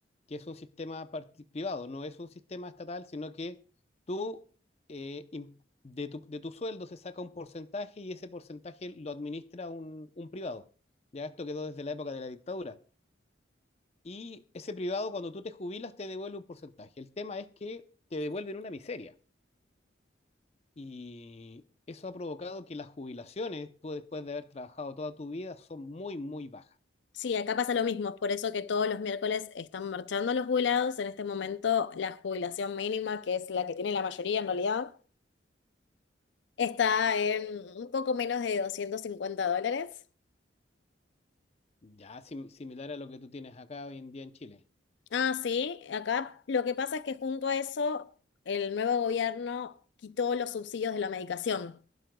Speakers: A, on the left; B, on the left.
A: que es un sistema parti- privado, no es un sistema estatal, sino que tú, eh, im- de tu, de tu sueldo se saca un porcentaje y ese porcentaje lo administra un, un privado. Ya esto quedó desde la época de la dictadura. Y ese privado, cuando tú te jubilas, te devuelve un porcentaje. El tema es que te devuelven una miseria. Y eso ha provocado que las jubilaciones, tú después de haber trabajado toda tu vida, son muy, muy bajas.
B: Sí, acá pasa lo mismo, es por eso que todos los miércoles están marchando los jubilados. En este momento, la jubilación mínima, que es la que tiene la mayoría en realidad, está en un poco menos de 250 dólares.
A: Ya sim- similar a lo que tú tienes acá hoy en día en Chile.
B: Ah, sí, acá lo que pasa es que junto a eso, el nuevo gobierno quitó los subsidios de la medicación.